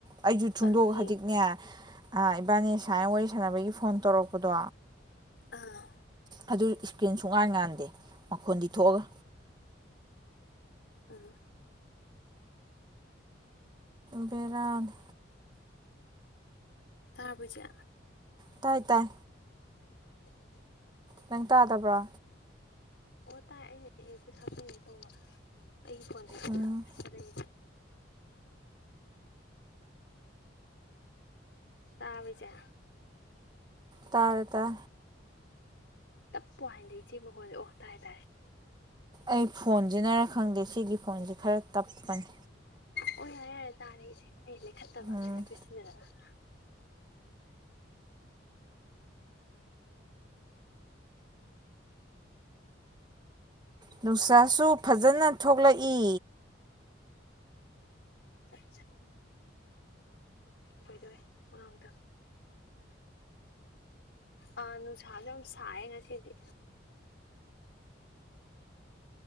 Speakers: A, on the right (about 20°); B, on the left (about 65°).
A: ꯑꯩꯁꯨ ꯊꯨꯡꯗꯣꯛ
B: ꯑꯗꯨꯒꯤ
A: ꯍꯧꯖꯤꯛꯅꯦ ꯏꯕꯥꯅꯤ ꯁꯨꯃꯥꯏꯅ ꯋꯥꯔꯤ ꯁꯥꯅꯕꯒꯤ ꯐꯣꯟ ꯇꯧꯔꯛꯄꯗꯣ
B: ꯑꯥ
A: ꯑꯗꯨ ꯏꯁꯀ꯭ꯔꯤꯟ ꯁꯨꯡꯉꯥꯟ ꯉꯥꯟꯗꯦ ꯃꯈꯣꯟꯗꯤ ꯊꯣꯛꯑꯒ
B: ꯎꯝ
A: ꯕꯦꯔꯥꯅꯦ
B: ꯇꯥꯔꯕꯣ ꯏꯆꯦ
A: ꯇꯥꯏ ꯇꯥꯏ
B: <inaudible>
A: ꯅꯪ ꯇꯥꯗꯕ꯭ꯔꯥ
B: ꯑꯣ ꯇꯥꯏ ꯑꯩꯅ ꯑꯦꯞꯇ ꯍꯥꯞꯇꯤꯉꯦ ꯇꯧꯕ ꯑꯩꯒꯤ ꯐꯣꯟꯗꯦ
A: ꯎꯝ
B: ꯈ ꯂꯩ ꯇꯥꯕꯖꯥ
A: ꯇꯔꯦ ꯇꯔ
B: ꯇꯞꯄ ꯍꯥꯏꯅꯗꯤ ꯏꯆꯦ ꯃꯈꯒꯣꯟꯗꯦ ꯑꯣ ꯇꯥꯥꯏꯦ ꯇꯥꯥꯏꯔꯦ
A: ꯑꯩ ꯐꯣꯟꯁꯤꯅꯔ ꯈꯪꯗꯦ ꯁꯤꯒꯤ ꯐꯣꯟꯁꯦ ꯈꯔ ꯇꯞꯄꯅꯤ
B: ꯑꯣ ꯌꯥꯔꯦ ꯌꯥꯔꯦ ꯇꯥꯔꯦ ꯏꯗꯤꯦ ꯑꯩ ꯂꯩꯈꯠꯇꯕꯐꯣꯏ
A: ꯎꯝ
B: ꯁꯤꯟꯅꯗꯅ <inaudible>
A: ꯅꯨꯡꯁꯥꯁꯨ ꯐꯖꯅ ꯊꯣꯛꯂꯛꯏ
B: ꯆꯠ ꯀꯣꯏꯗꯣꯏꯋꯦ ꯑꯥꯡꯗ ꯑꯥ ꯅꯨꯡꯁꯥꯁꯨ ꯌꯥꯝ ꯁꯥꯏꯌꯦ ꯉꯁꯤꯗꯤ